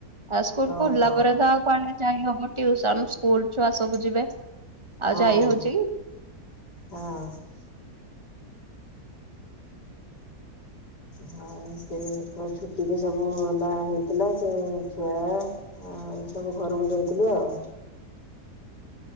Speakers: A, on the right; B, on the left.
A: ଆଉ ସ୍କୁଲ୍
B: ଓହୋ
A: ଖୋଲିଲା ପରେ ତ ଆଉ କୁଆଡେ ଯାଇ ହବ ଟିଉସନ୍ ସ୍କୁଲ୍ ଛୁଆ ସବୁ ଯିବେ। ଆଉ
B: ହଁ
A: ଯାଇ ହଉଚି କି?
B: ହଁ। ହଁ ସେ ଛୁଟିରେ ସବୁ ହେଲା ହେଇଥିଲା ସେ ଛୁଆ ଆଉ ସବୁ ଘରକୁ ଯାଇଥିଲୁ ଆଉ।